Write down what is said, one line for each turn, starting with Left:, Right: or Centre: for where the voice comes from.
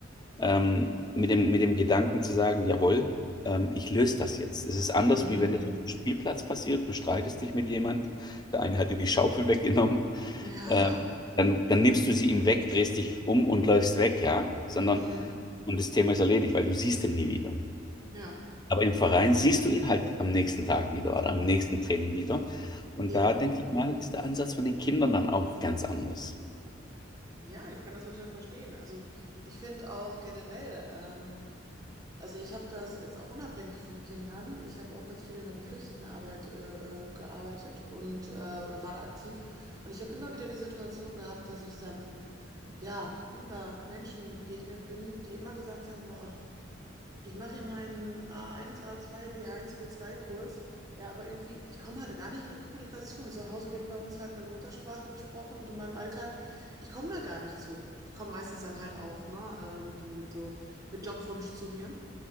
Left: ähm, mit, dem, mit dem Gedanken zu sagen, jawohl, ähm, ich löse das jetzt. Es ist anders,
Right: Mhm.
Left: wie wenn das auf dem Spielplatz passiert. Du streitest dich mit jemand, der eine hat dir die Schaufel weggenommen,
Right: Ja.
Left: ähm,
Right: <laughs>
Left: dann, dann nimmst du sie ihm weg, drehst dich um und läufst weg, ja. Sondern
Right: Mhm.
Left: und das Thema ist erledigt, weil du siehst ihn nie wieder.
Right: Ja.
Left: Aber im Verein siehst du ihn halt am nächsten Tag wieder oder am nächsten Training wieder. Und
Right: Eben.
Left: da denke ich mal, ist der Ansatz von den Kindern dann auch ganz anders.
Right: Ja, ich kann das total verstehen. Also ich finde auch generell, ähm, also ich habe das jetzt auch unabhängig von Kindern. Ich habe auch ganz viel in der Geflüchtetenarbeit äh, äh, gearbeitet und äh, oder war da aktiv. Und ich habe immer wieder die Situation gehabt, dass ich dann ja ne, da Menschen begegnet bin, die immer gesagt haben, boah, ich mache hier meinen A1, A2, B1, B2-Kurs. Ja, aber irgendwie, ich komme halt gar nicht in die Kommunikation. Zu Hause wird bei uns halt meine Muttersprache gesprochen und in meinem Alltag, ich komme da gar nicht zu. Die kommen meistens dann halt auch, ne, äh, mit dem, mit so, mit Jobwunsch zu mir.